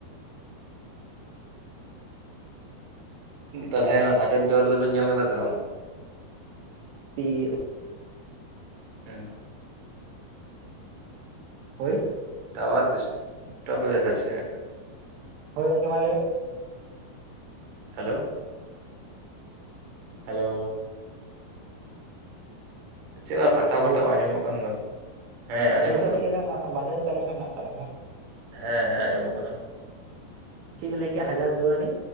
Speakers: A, on the right (about 55°); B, on the right (about 80°).
A: ᱛᱟᱦᱞᱮ ᱦᱟᱡᱟᱨ ᱫᱚᱨ ᱫᱚ ᱵᱮᱱ ᱧᱮᱞ ᱠᱟᱫᱟ ᱥᱮ ᱵᱟᱝ?
B: ᱛᱤᱭᱟᱹᱜ,
A: ᱦᱩᱸ,
B: ᱦᱳᱭ,
A: ᱴᱟᱣᱟᱨ ᱰᱤᱥᱴᱚᱯ <unintelligible> ᱥᱮ ᱪᱮᱜ?
B: ᱦᱚᱭ ᱜᱚᱢᱠᱮ ᱢᱟ ᱞᱟᱹᱭ
A: ᱦᱮᱞᱳ, ᱦᱮᱞᱳ᱾ ᱪᱮᱫᱟᱜ ᱠᱟᱴᱟᱣ
B: ᱦᱮᱞᱳ
A: ᱠᱟᱴᱟᱣ ᱟᱡᱚᱢᱚᱜ ᱠᱟᱱ ᱫᱚ᱾ ᱦᱮᱸ ᱟᱸᱡᱚᱢᱚᱜ
B: ᱱᱤᱛᱚᱜ ᱴᱷᱤᱠ ᱧᱟᱢᱚᱜ ᱠᱟᱱᱟ ᱥᱮ ᱵᱟᱨᱦᱮ ᱨᱮᱜᱮ ᱟᱹᱞᱤᱧ ᱦᱚᱸ ᱢᱮᱱᱟᱜ ᱟᱠᱟᱫ ᱞᱤᱧᱟᱹ᱾
A: ᱦᱮᱸ ᱦᱮᱸ ᱟᱡᱚᱢᱚᱜ ᱠᱟᱱᱟ᱾
B: ᱪᱮᱫ ᱵᱮᱱ ᱞᱟᱹᱭ ᱠᱮᱫ-ᱟ ᱦᱟᱡᱟᱨ ᱫᱩᱣᱟᱨᱤ?